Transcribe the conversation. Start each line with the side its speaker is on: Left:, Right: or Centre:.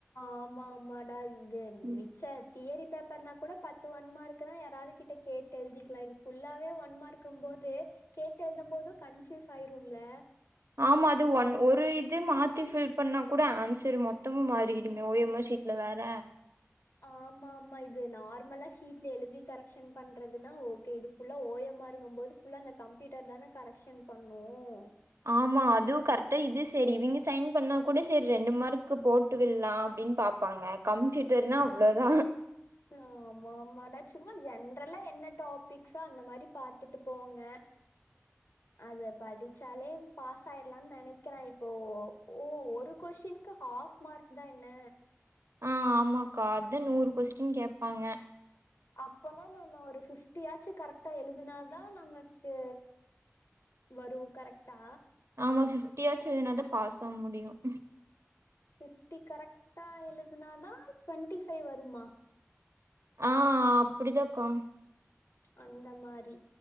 Left: ஆமா ஆமாடா இது
Right: ம்
Left: மிச்ச தியரி பேப்பர்னா கூட பத்து ஒன் மார்க் தான் யாரது கிட்ட கேட்டு எழுதிக்கலாம் இது ஃபுல்லாவே ஒன் மார்க்கும் போது கேட்டு எழுதம் போதும் கன்ஃபியூஸ் ஆயிரும்ல
Right: ஆமா அது ஒன் ஒரு இது மாத்தி ஃபில் பண்ணா கூட ஆன்சர் மொத்தமும் மாறிடும் ஓ எம் ஆ ஷீட்ல வேற
Left: ஆமா ஆமா இது நார்மலா ஷீட்ல எழுதி கரெக்க்ஷன் பண்றதுனா ஓகே இது ஃபுல்லா ஓ எம் மாறுங்க போது ஃபுல்லா அந்த கம்ப்யூட்டர் தானே கரெக்ஷன் பண்ணும்
Right: ஆமா அது கரெக்டா இது செரி இவங்க சைன் பண்ணா கூட செரி ரெண்டு மார்க்கு போட்டு விடலாம் அப்டின்னு பாப்பாங்க கம்ப்யூட்டர்னா அவ்வளோதான்
Left: ஆமா ஆமாட சும்மா ஜென்ரலா என்ன டாபிக்ஸ் அந்த மாரி பாத்துட்டு போங்க அத படிச்சாலே பாஸ் ஆயிரலாம்னு நெனைக்கிறேன் இப்போ ஓ ஒரு கொஷின்க்கு ஹாப் மார்க் தான் என்ன
Right: ஆ ஆமாக்கா அத நூறு கொஸ்டின் கேப்பாங்க
Left: அப்போனா நம்ம ஒரு பிப்டியாச்சு கரெக்டா எழுதுனாதான் நமக்கு வரும் கரெக்டா
Right: ஆமா பிப்டியாச்சி எழுதினாதான் பாஸ் ஆக முடியும்
Left: பிப்டி கரெக்டா எழுதுனாதான் ட்வெண்ட்டி ஃபைவ் வருமா
Right: ஆ அப்டிதான்க்கா
Left: அந்த மாரி